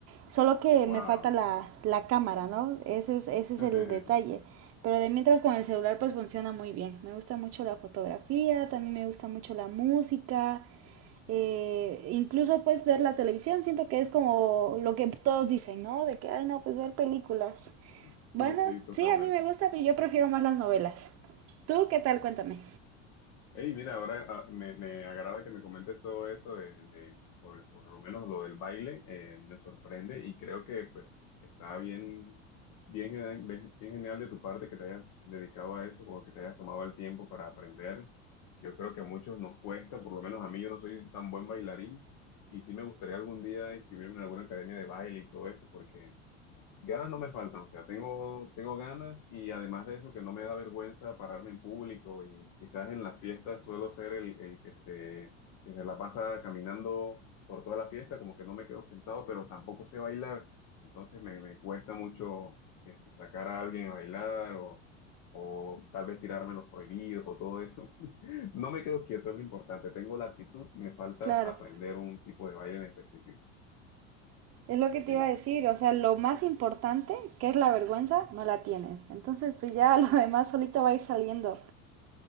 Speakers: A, on the right (about 45°); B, on the left (about 55°).
A: solo que
B: Wow.
A: me falta la, la cámara, ¿no? Ese es, ese es
B: <laughs>
A: el detalle. Pero de mientras con el celular pues funciona muy bien. Me gusta mucho la fotografía, también me gusta mucho la música, eh, incluso pues ver la televisión, siento que es como lo que todos dicen, ¿no? De que, ay no, pues ver películas.
B: Sí,
A: Bueno,
B: sí, totalmente.
A: sí, a mí me gusta, pero yo prefiero más las novelas. ¿Tú qué tal? Cuéntame.
B: Hey, mira, ahora ah, me, me agrada que me comentes todo eso de, de- por, por lo menos lo del baile, eh, me sorprende y creo que pues está bien, bien, genial- bien, bien genial de tu parte que te hayas dedicado a eso, como que te hayas tomado el tiempo para aprender. Yo creo que a muchos nos cuesta, por lo menos a mí yo no soy tan buen bailarín y sí me gustaría algún día inscribirme en alguna academia de baile y todo esto, porque Ganas no me faltan, o sea, tengo, tengo ganas y además de eso que no me da vergüenza pararme en público y quizás en las fiestas suelo ser el, el que se, que se la pasa caminando por toda la fiesta, como que no me quedo sentado, pero tampoco sé bailar, entonces me, me cuesta mucho que si sacar a alguien a bailar o, o tal vez tirarme los prohibidos o todo eso. <laughs> No me quedo quieto, es lo importante, tengo la actitud, me falta
A: Claro.
B: aprender un tipo de baile en específico.
A: Es lo que te
B: sí.
A: iba a decir, o sea, lo más importante, que es la vergüenza, no la tienes. Entonces, pues ya <laughs> lo demás solito va a ir saliendo.